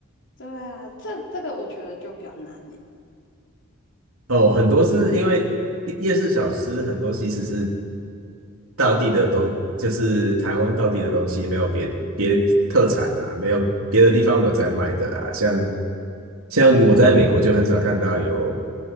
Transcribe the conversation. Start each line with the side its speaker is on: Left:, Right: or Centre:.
Left: 对啊，这这个我觉得就比较难呢。
Right: 哦。很多是因为夜夜市小吃很多其实是道地的东，就是台湾道地的东西，没有别别特产啊，没有别的地方没有在卖的啊。像像我在美国就很少看到有